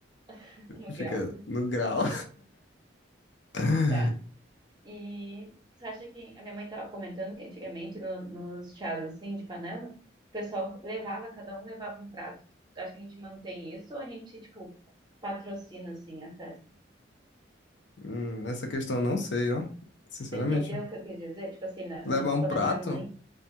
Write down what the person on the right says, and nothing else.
<laughs> No
grau.
Tá. E você acha que a minha mãe tava comentando que antigamente no- nos chás assim de panela, o pessoal levava, cada um levava um prato. Acho que a gente mantém isso ou a gente, tipo, patrocina assim a festa?
Tu entendeu o que eu quis dizer? Tipo assim, na-
no-
quando
a minha mãe.